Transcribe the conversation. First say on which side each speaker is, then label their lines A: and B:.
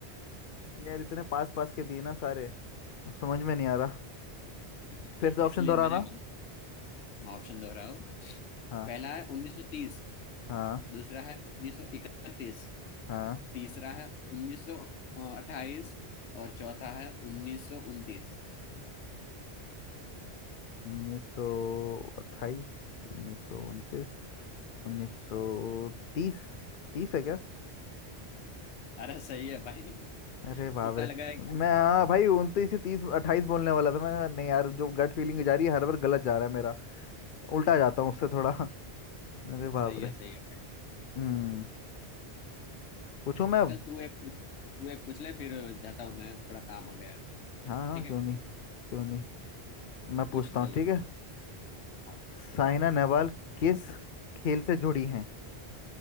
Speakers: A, on the left; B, on the left.
A: यार इतने पास पास के दिए ना सारे अब समझ में नहीं आ रहा
B: <laughs>
A: फिर से ऑप्शन
B: इसलिए
A: दोहराना
B: मैंने हाँ, ऑप्शन दोहराया हूँ
A: हाँ
B: पहला है 1930
A: हाँ
B: दूसरा है 1931
A: हाँ
B: तीसरा है 1928 और चौथा है 1929
A: उन्नीस सौ अट्ठाईस उन्नीस सौ उनतीस उन्नीस सौ तीस तीस है क्या
B: अरे सही है भाई <laughs>
A: अरे बाप
B: तुक्का
A: रे
B: लगाया क्या
A: मैं हाँ भाई उनतीस से तीस अट्ठाईस बोलने वाला था मैं कहा, नहीं यार जो गट फीलिंग जा रही है हर बार गलत जा रहा है मेरा उल्टा जाता हूँ उससे थोड़ा <laughs> अरे बाप
B: सही है
A: रे
B: सही है
A: हम्म पूछूं मैं अब
B: चल तू एक पूछ- तू एक पूछ ले फिर जाता हूँ मैं थोड़ा काम आ गया है
A: हाँ हाँ
B: ठीक
A: क्यों
B: है
A: नहीं क्यों नहीं मैं
B: पूछ
A: पूछता
B: चल
A: हूँ ठीक है
B: हाँ
A: साइना नेहवाल किस खेल से जुड़ी हैं